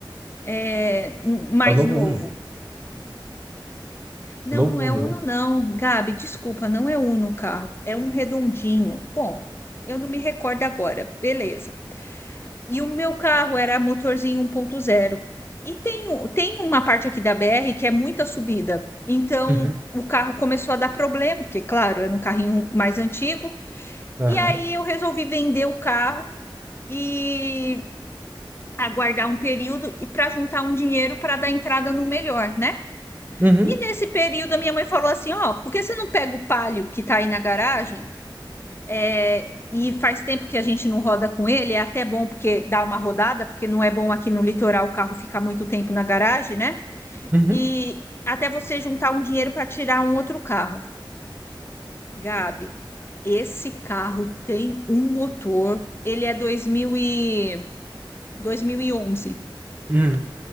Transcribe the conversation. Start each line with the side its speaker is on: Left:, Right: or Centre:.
Left: é, um- mais
Right: É o novo
Left: novo.
Right: Uno.
Left: Não,
Right: O novo
Left: não é
Right: Uno,
Left: Uno,
Right: né?
Left: não, Gabi, desculpa, não é Uno o carro, é um redondinho. Bom, eu não me recordo agora, beleza. E o meu carro era motorzinho 1.0. E tem, o- tem uma parte aqui da BR que é muita subida. Então,
Right: Uhum.
Left: o carro começou a dar problema, porque, claro, era um carrinho mais antigo
Right: Aham.
Left: E aí eu resolvi vender o carro e aguardar um período e para juntar um dinheiro para dar entrada no melhor, né?
Right: Uhum.
Left: E nesse período a minha mãe falou assim, ó, por que você não pega o Palio que tá aí na garagem? É, e faz tempo que a gente não roda com ele, é até bom porque dá uma rodada, porque não é bom aqui no litoral o carro ficar muito tempo na garagem, né?
Right: Uhum.
Left: E até você juntar um dinheiro para tirar um outro carro. Gabi, esse carro tem um motor, ele é 2000 e 2011.
Right: Uhum.